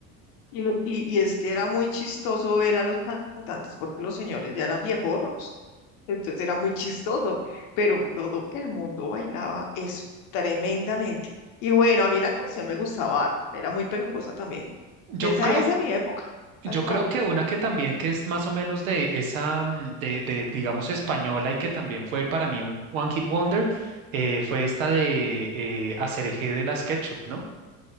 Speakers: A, on the left (about 65°); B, on the right (about 80°).
A: Y, lo, y, y es que era muy chistoso ver a los cantantes porque los señores ya eran viejorros. Entonces era muy chistoso, pero todo el mundo bailaba eso tremendamente. Y bueno, a mí la canción me gustaba harto, era muy pegajosa también.
B: Yo
A: Esa
B: creo
A: es de mi época,
B: Yo
A: tal cual.
B: creo que una que también que es más o menos de esa, mm, de, de, digamos, española y que también fue para mí un One Hit Wonder, eh, fue esta de eh, Aserejé de la SketchUp, ¿no?